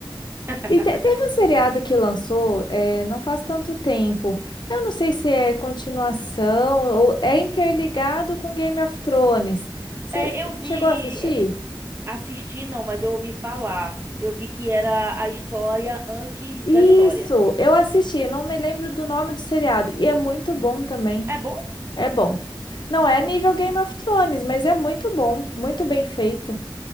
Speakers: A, on the right (about 30°); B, on the left (about 60°).
A: <laughs>
B: E te- teve um seriado que lançou, é, não faz tanto tempo. Eu não sei se é continuação ou é interligado com Game of Thrones. Você
A: É, eu vi.
B: chegou a assistir?
A: é, Assisti não, mas eu ouvi falar. Eu vi que era a história antes
B: Isso,
A: da história.
B: eu assisti, não me lembro do nome do seriado. E é muito bom também.
A: É bom?
B: É bom. Não é nível Game of Thrones, mas é muito bom, muito bem feito.